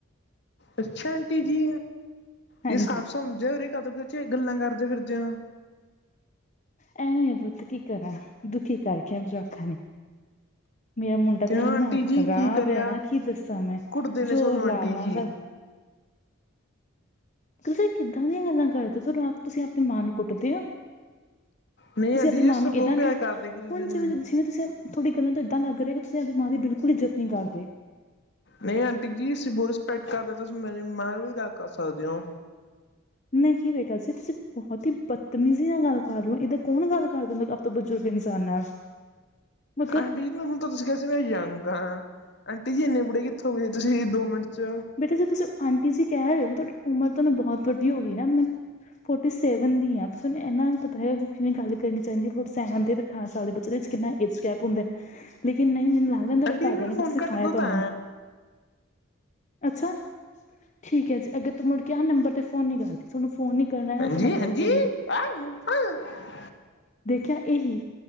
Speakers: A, on the left; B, on the left.
A: ਅੱਛਾ ਆਂਟੀ ਜੀ,
B: ਹਾਂਜੀ
A: ਜੇ ਸਾਫ਼ ਸਮਝੇ ਉਰੇ ਕਾਤੋ <unintelligible> ਗੱਲਾਂ ਕਾਰਦੇ ਫਿਰਦੇ ਓ।
B: ਐਵੇਂ ਪੁੱਤ ਕੀ ਕਰਾਂ, ਦੁਖੀ ਕਰ <unintelligible> ਜਵਾਕਾਂ ਨੇ, ਮੇਰਾ ਮੁੰ ਡਾ
A: ਕਿਉਂ
B: ਤਾਂ ਇੰਨਾ
A: ਆਂਟੀ ਜੀ
B: ਖ਼ਰਾਬ
A: ਕੀ ਕਰਿਆ
B: ਹੈ, ਨਾ ਕੀ ਦੱਸਾਂ ਮੈਂ
A: ਕੁੱਟਦੇ ਨੇ
B: ਜ਼ੋਰ
A: ਸੋਨੂੰ ਆਂਟੀ
B: ਲਾ ਲਾਂ
A: ਜੀ
B: ਦਾ, ਤੁਸੀਂ ਕਿੱਦਾਂ ਦੀਆਂ ਗੱਲਾਂ ਕਰਦੇ ਹੋ ਆਪ ਤੁਸੀਂ ਆਪਣੀ ਮਾਂ ਨੂੰ ਕੁੱਟਦੇ ਓ
A: ਨਹੀਂ
B: ਤੁਸੀਂ
A: ਆਂਟੀ
B: ਆਪਣੀ
A: ਜੀ
B: ਮਾਂ
A: ਅਸੀਂ
B: ਨੂੰ
A: ਬਹੁਤ
B: ਏਦਾਂ
A: ਪਿਆਰ
B: ਟਰੀਟ
A: ਕਰਦੇ ਇੱਕ ਦੂਜੇ
B: ਹੁਣ
A: ਨੂੰ
B: ਜਿਵੇਂ ਜਿਵੇਂ ਤੁਸੀਂ ਤੁਹਾਡੀ ਗੱਲਾਂ ਤੋਂ ਇੱਦਾਂ ਲੱਗ ਰਿਹਾ ਤੁਸੀਂ ਆਪਣੀ ਮਾਂ ਦੀ ਬਿਲਕੁਲ ਇੱਜਤ ਨਹੀਂ ਕਰਦੇ
A: ਨਹੀਂ ਆਂਟੀ ਜੀ ਅਸੀਂ ਬਹੁਤ ਰਿਸਪੈਕਟ ਕਰਦੇ ਤੁਸੀਂ ਮੇਰੇ ਮਮਾ ਨਾਲ ਵੀ ਗੱਲ ਕਰ ਸਕਦੇ ਓ
B: ਨਹੀਂ ਬੇਟਾ ਜੀ ਤੁਸੀਂ ਬਹੁਤ ਹੀ ਬਦਤਮੀਜ਼ੀ ਨਾਲ ਗੱਲ ਕਰ ਰਹੇ ਓ ਇਹਦੇ ਕੌਣ ਗੱਲ ਕਰਦੇ ਬਜ਼ੁਰਗ ਇਨਸਾਨ ਆ ਮਤਲਬ
A: ਆਂਟੀ ਜੀ ਹੁਣ ਤੁਸੀਂ ਕਿਹਾ ਸੀ ਮੈਂ ਯੰਗ ਹਾਂ ਆਂਟੀ ਜੀ ਇੰਨੇ ਬੁੜੇ ਕਿੱਥੋਂ ਹੋ ਤੁਸੀਂ ਦੋ ਮਿੰਟ ਚ
B: ਬੇਟਾ ਜੇ ਤੁਸੀਂ ਆਂਟੀ ਜੀ ਕਹਿ ਰਹੇ ਹੋ ਤੁਹਾਡੀ ਉਮਰ ਨੂੰ ਬਹੁਤ ਵੱਡੀ ਹੋ ਗਈ ਨਾ ਮੂੰ ਫੋਰਟੀ ਸੈਵਨ ਦੀ ਆ ਤਾਂ ਤੁਹਾਨੂੰ ਇਹਨਾਂ ਨੂੰ ਪਤਾ ਹੈ ਕਿਵੇਂ ਗੱਲ ਕਰਨੀ ਚਾਹੀਦੀ ਆ ਫੋਰਟੀ ਸੈਵਨ ਦੀ ਅਠਾਰਾਂ ਸਾਲ ਦੇ ਬੱਚੇ ਦੇ ਵਿੱਚ ਕਿੰਨਾ ਏਜ ਗੈਪ ਹੁੰਦਾ ਲੇਕਿਨ ਨਹੀਂ ਮੈਨੂੰ ਲੱਗਦਾ ਨਾ
A: ਆਂਟੀ
B: ਤੁਹਾਡੇ
A: ਜੀ
B: ਘਰਦਿਆਂ
A: ਫਿਰ
B: ਨੇ
A: ਫੋਨ
B: ਕੁਛ ਸਿਖਾਇਆ
A: ਕੱਟ ਦੋ
B: ਨੀ ਤੁਹਾਨੂੰ
A: ਤਾਂ
B: ਅੱਛਾ ਠੀਕ ਹੈ ਜੀ ਅੱਗੇ ਤੋਂ ਮੁੜ ਕੇ ਆ ਨੰਬਰ ਤੇ ਫੋਨ ਨ ਕਰਦੀ ਤੁਹਾਨੂੰ ਫੋਨ ਨੀ ਕਰਨਾ ਹੈਗਾ
A: ਹਾਂਜੀ
B: ਤੁਹਾਡੇ ਨਾਲ ਗੱਲ
A: ਹਾਂਜੀ
B: ਕਰਨੀ
A: <unintelligible>
B: ਦੇਖਿਆ ਇਹੀ